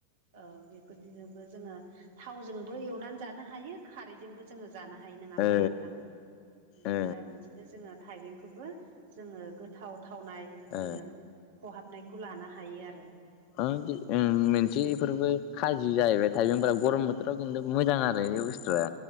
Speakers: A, on the right; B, on the left.
A: औ बेफोरदिजोंबो जोङो थावजोंबो एवनानै जानो हायो खारैजोंबो जोङो जानो हायो नोङा होमबा
B: ओ
A: नोंथां ओम
B: ओ
A: दा बिदिनो जोङो थाइबेंखौबो जोङो गोथाव थावनाय
B: ओ
A: जोङो खहाबनायखौ लानो हायो आरो
B: <unintelligible> ओं मोनसे बेफोरबो खाजि जाहैबाय थाइबेंफोरा गरम बोथोराव खिनथु मोजां आरो बे बुसथुआ